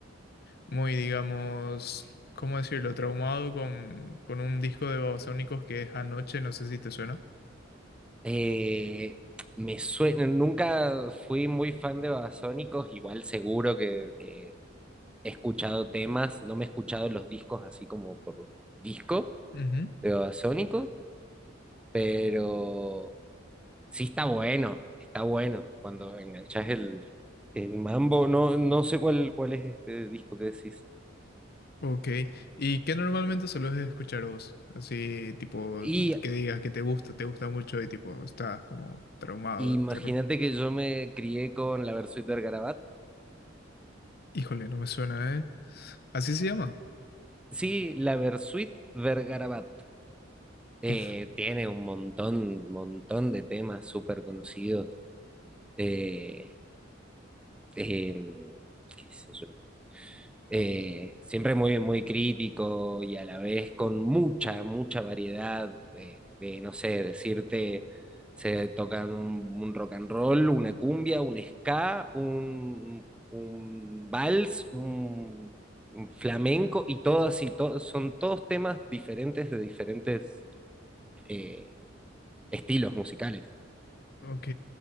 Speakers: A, on the left (about 55°); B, in the centre.
A: muy, digamos, ¿cómo decirlo? Traumado con, con un disco de Babasónicos que es Anoche, no sé si te suena.
B: Eh, me suena, nunca fui muy fan de Babasónicos, igual seguro que, que he escuchado temas, no me he escuchado los discos así como por disco
A: Ujú.
B: de Babasónicos, pero sí está bueno, está bueno cuando enganchas el, el mambo, no, no sé cuál, cuál es este disco que decís.
A: Ok, ¿y qué normalmente sueles escuchar vos? Así, tipo,
B: Y
A: que digas que te gusta, te gusta mucho y tipo, estás como traumado,
B: imagínate
A: entre com-
B: que yo me crié con la Versuit Vergarabat.
A: Híjole, no me suena, ¿eh? ¿Así se llama?
B: Sí, la Versuit Vergarabat eh,
A: Uf,
B: tiene un montón, montón de temas súper conocidos. Eh, em, qué sé yo. eh, siempre muy, muy crítico y a la vez con mucha, mucha variedad de, de, no sé, decirte, se tocan un, un rock and roll, una cumbia, un ska, un, un vals, un, un flamenco y todas y to- son todos temas diferentes de diferentes eh, estilos musicales.
A: ok.